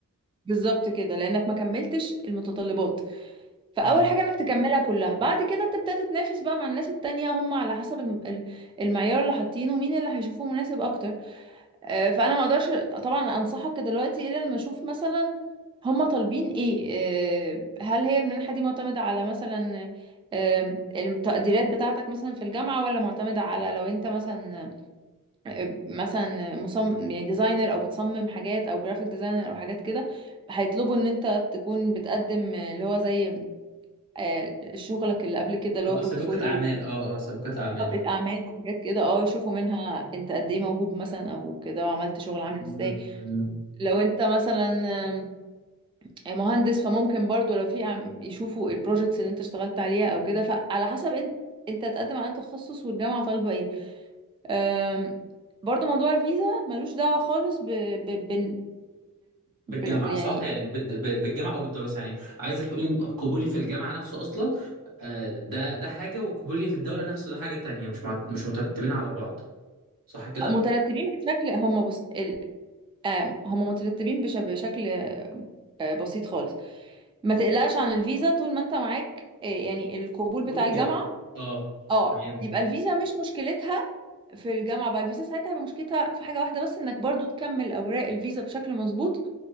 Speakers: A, on the right; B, on the right.
A: بالظبط كده لانك ما كملتش المتطلبات فاول
B: امم
A: حاجه انك تكملها كلها بعد كده تبدا تتنافس بقى مع الناس التانية هم على حسب الم- ال- المعيار اللي حاطينه مين اللي هيشوفه مناسب اكتر آه، فانا ما اقدرش طبعا انصحك دلوقتي الا لما اشوف مثلا هم طالبين ايه آه، هل هي المنحه دي معتمده على مثلا آه، التقديرات بتاعتك مثلا في الجامعه ولا معتمده على لو انت مثلا آه، مثلا مصمم يعني ديزاينر او بتصمم حاجات او جرافيك ديزاينر او حاجات كده هيطلبوا ان انت تكون بتقدم اللي هو زي آه، شغلك اللي قبل كده اللي
B: اه
A: هو
B: آه،
A: بورتفوليو
B: سابقة اعمال اه اه سابقة اعمال
A: طبقة أعمال وحاجات كده اه يشوفوا منها أنت قد إيه موهوب مثلا أو كده وعملت شغل عامل
B: مم.
A: إزاي
B: مم.
A: لو أنت مثلا آم، آه، مهندس فممكن برضو لو في عم- يشوفوا البروجيكتس اللي أنت اشتغلت عليها أو كده فعلى حسب أنت أنت هتقدم على أنهي تخصص والجامعة طالبة إيه آم، برضو موضوع الفيزا ملوش دعوة خالص ب... ب... بال...
B: بالجامعة
A: بال... بال... يعني
B: صح؟ يعني بد- ب- بالجامعة أو بالدراسة يعني عايزة تقولي إن قبولي في الجامعة نفسه أصلا آه، ده ده حاجة وقبولي في الدولة نفسه ده حاجة تانية مش مع- مش مترتبين على بعض صح كده؟
A: مترتبين بشكل هم بص ال... آم، هم مترتبين بش... بشكل آه، بسيط خالص ما تقلقش عن الفيزا طول ما انت معاك آه، يعني القبول
B: قبول
A: بتاع
B: الجامعة
A: الجامعة
B: أه
A: اه
B: تمام
A: يبقى الفيزا مش مشكلتها في الجامعة بقى الفيزا ساعتها هيبقى مشكلتها في حاجة واحدة بس انك برضو تكمل اوراق الفيزا بشكل مظبوط